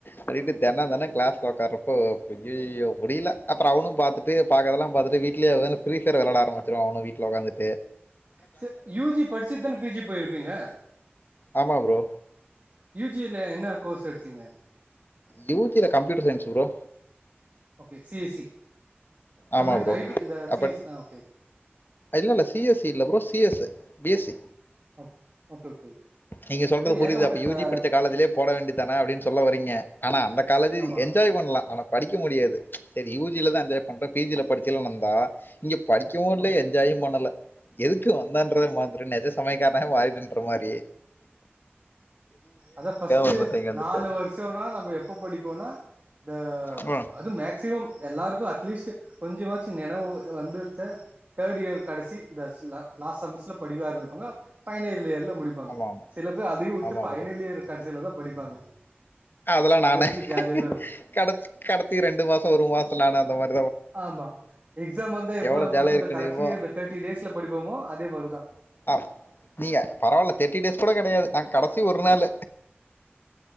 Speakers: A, on the left; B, on the right.
A: <unintelligible> தினொ தினொ கிளாஸில உடக்காறப்போ பொய்யய்யோ முடியல அப்புறம் அவனும் பாத்துட்டு <unintelligible> பாக்கரதெல்லாம் பாத்துட்டு வீட்டிலேயே அதாங்க ப்ரீ ஃபயர் விளையாட ஆரமிச்சுருவான் அவனும் வீட்ல உகாந்துட்டு
B: சேர் யூஜி படிச்சட்டுதானே பிஜி போயிருப்பீங்க
A: ஆமா ப்ரோ
B: யூஜியில என்ன கோர்ஸ் எடுத்தீங்க
A: யூஜீ ல computer science bro
B: S E S C
A: ஆமா
B: கம்ப்யூட்டர்
A: ப்ரோ
B: ஐ டி அந்த சி
A: அப்பன்
B: எஸ் ஆ ஓகே ஓகே
A: இல்ல இல்ல சி எஸ் சி இல்ல ப்ரோ சி எஸ்ஷ B S E
B: okay okay okay okay
A: நீங்க சொல்றது
B: அது
A: புரியுது
B: ஏகப்பட்ட
A: அப்ப யூஜி
B: க
A: படிச்ச காலேஜலயே போட வேண்டிதானே அப்படின்னு சொல்ல வரீங்க ஆனா அந்த காலேஜ்
B: ஆமா
A: என்ஜாய் பண்ணலாம் ஆனா படிக்க முடியாது செரி யூ ஜில தான் என்ஜாப் நம்பா பி ஜில படிச்சல வந்தா இங்கப் படிக்கவும் இல்ல
B: ஓகே
A: என்ஜாயும் பண்ணல எதுக்கு வந்தன்றதே மறந்துட்டு மாரி நிஜ சமயக்காராக மாரின்ற மாரி
B: அத பஸ்ட்ட்
A: வந்துட்டேங்க வந்துட்டு
B: நாலு வருஷம்னா நம்ம எப்ப படிப்போம்னா இந்த
A: ஆமா
B: அது மேக்சிமம் எல்லாருக்கும் அட்லீஸ்ட் கொஞ்சமாச்சும் நினைவு வந்துருச்ச தேர்ட் இயர் கடைசி இந்த லாஸ்ட் செமஸ்டர்ல படிக்க ஆரம்பிப்பாங்க பைனல் இயர்ல முடிப்பாங்க.
A: ஆமா
B: சில பேர் அதையும் உட்டு
A: ஆமா
B: பைனல்
A: ப்ரோ
B: இயர் கடைசில தான் படிப்பாங்க.
A: அதெல்லாம்
B: அது
A: நானே
B: வரைக்கு ஜாலியா தா இருக்கு
A: கட கடச்சி ரெண்டு மாசம் ஒரு மாசம் நான அந்த மாரி
B: ஆமா எக்ஸாம் வந்து எப்போ
A: எவ்வளவு
B: நம்ம
A: ஜாலியா
B: வந்து
A: இருக்க
B: கடைசி
A: முடியுமோ
B: தேர்டி டேஸ்ல படிப்போமோ அதே மாதிரிதான்.
A: ஆ நீங்க பரவால்ல தேர்ட்டி டேஸ் கூட கிடையாது நா கடைசி ஒரு நாள்.